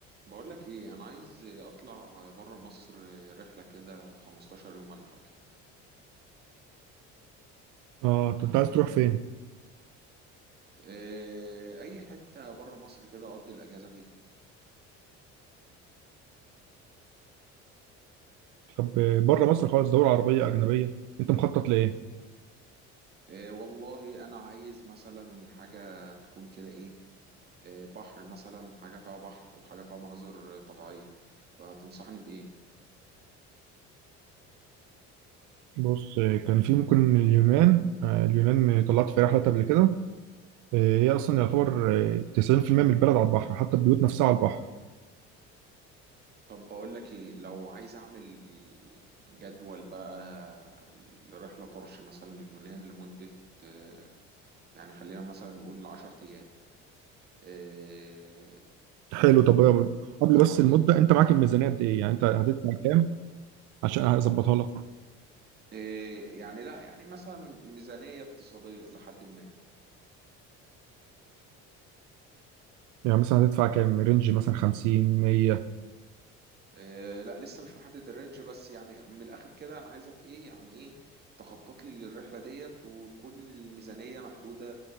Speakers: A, on the right (about 35°); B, on the right (about 80°).
A: بقول لك ايه انا عايز اطلع بره مصر رحله كده 15 يوم ولا حاجه
B: اه انت عايز تروح فين؟
A: إيه اي حته بره مصر كده اقضي الاجازه فيها
B: طب بره مصر خالص دولة عربية أجنبية أنت مخطط لإيه؟
A: إيه والله انا عايز مثلا حاجه تكون كده ايه, إيه بحر مثلا حاجه فيها بحر وحاجه فيها مناظر طبيعيه فتنصحني بايه
B: بص كان في ممكن اليونان آه، اليونان طلعت في رحلة قبل كده آه، هي أصلا يعتبر آه، 90% من البلد على البحر حتى البيوت نفسها على البحر
A: طب بقول لك ايه لو عايز اعمل جدول بقى لرحله طرش مثلا لليونان لمده آه، يعني خلينا مثلا نقول 10 ايام آه،
B: حلو طب يا- قبل
A: تعرف
B: بس المدة أنت معاك الميزانية قد إيه؟ يعني أنت هتدفع كام عشان هظبطها لك؟
A: إيه يعني لا يعني مثلا ميزانية اقتصادية لحد ما
B: يعني مثلا هتدفع كام؟ رينج مثلا 50 100
A: إيه لا لسه مش محدد الرينج بس يعني من الآخر كده أنا عايزك إيه يعني إيه تخطط لي للرحلة ديت وتكون الميزانية محدودة